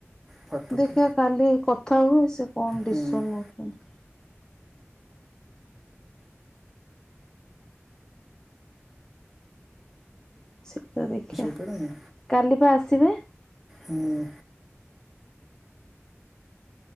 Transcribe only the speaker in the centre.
ହ୍ୱାଟ୍ ଟୁ
ଡୁ
ହୁଁ
ଶୋଇପାରିଲନି
ହୁଁ।